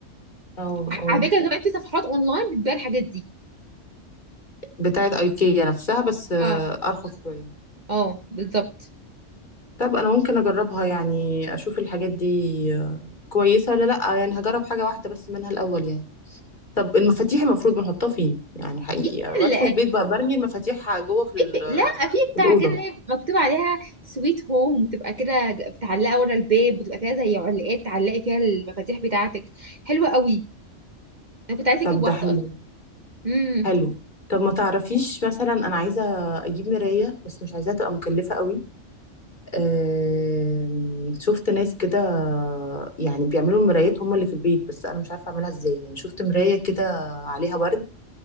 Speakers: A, on the left; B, on the right.
A: اه
B: وعلى
A: اه
B: فكره كمان في صفحات اونلاين بتبيع الحاجات دي
A: بتاعت ايكيا نفسها بس آه،
B: اه
A: ارخص شوية
B: اه بالظبط
A: طب انا ممكن اجربها يعني اشوف الحاجات دي آه، كويسه ولا لا يعني هجرب حاجه واحده بس منها الاول يعني طب المفاتيح المفروض بنحطها فين يعني حقيقي
B: في كده
A: بدخل
B: ال-
A: البيت بقى برمي المفاتيح جوه في
B: في
A: ال-
B: ب- لا في بتاع
A: في الاوضه
B: كده إيه مكتوب عليها سويت هوم بتبقى كده ج- بتعلقها ورا الباب بتبقى فيها زي علقات تعلقي فيها المفاتيح بتاعتك حلوه قوي انا كنت عايزه
A: طب
B: اجيب واحده
A: ده حلو
B: اصلا امم
A: حلو طب ما تعرفيش مثلا انا عايزه اجيب مرايه بس مش عايزاها تبقى مكلفه قوي آم، شفت ناس كده يعني بيعملوا المرايات هم اللي في البيت بس انا مش عارفه اعملها ازاي يعني شفت مرايه كده عليها ورد